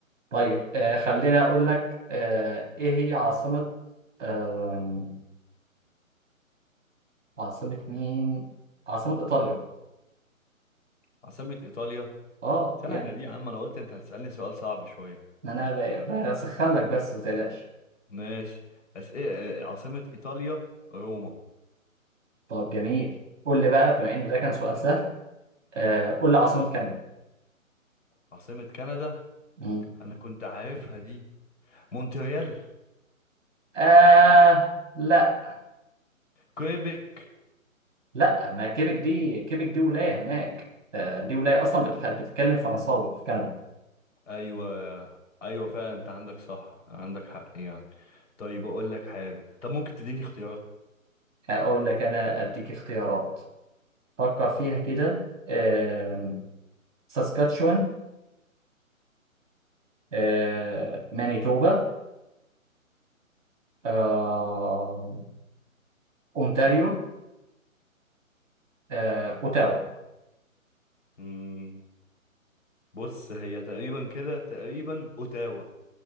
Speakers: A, on the right; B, on the left.
A: طيب آه خليني اقول لك آه ايه هي عاصمه آه عاصمه مين عاصمه ايطاليا
B: عاصمة إيطاليا
A: اه
B: سهلة
A: يعني
B: دي يا عم أنا قلت أنت هتسألني سؤال صعب شوية
A: ما انا ب- بسخن لك بس ما تقلقش
B: ماشي أس... إيه- إيه، عاصمة إيطاليا روما
A: طب جميل قول لي بقى بما ان ده كان سؤال سهل آه قول لي عاصمة كندا
B: عاصمة كندا
A: مم.
B: أنا كنت عارفها دي مونتريال
A: آه لا
B: كويبك
A: لا ما كيبك دي كيبك دي ولاية هناك آه دي ولاية أصلا بتح... بتتكلم فرنساوي في كندا
B: أيوة أيوة فعلا أنت عندك صح عندك حق يعني طيب أقول لك حاجة طب ممكن تديني اختيارات
A: أقول لك أنا أديك اختيارات فكر فيها كده آه ساسكاتشوان آه مانيتوبا آه أونتاريو آه أوتاوا
B: مم. بص هي تقريبا كده تقريبا أوتاوا